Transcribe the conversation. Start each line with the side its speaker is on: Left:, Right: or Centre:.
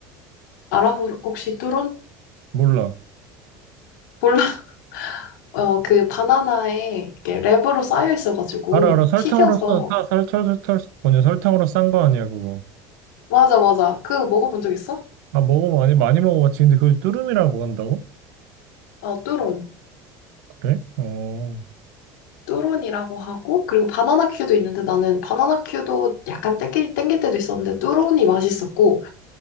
Left: 알아? 혹시 뚜론?
Right: 몰라.
Left: 몰라. <laughs> 어, 그 바나나에 이렇게 랩으로 쌓여 있어가지고,
Right: 알아, 알아. 설탕으로
Left: 튀겨서,
Right: 써, 사, 설탕, 설탕, 뭐냐, 설탕으로 싼 거 아니야, 그거.
Left: 맞아, 맞아. 그 먹어본 적 있어?
Right: 아, 먹어봐. 아니, 많이 먹어봤지. 근데 그걸 뚜름이라고 한다고?
Left: 아, 뚜론.
Right: 그래? 어,
Left: 뚜론이라고 하고, 그리고 바나나 큐도 있는데 나는 바나나 큐도 약간 땡길, 땡길 때도 있었는데 뚜론이 맛있었고,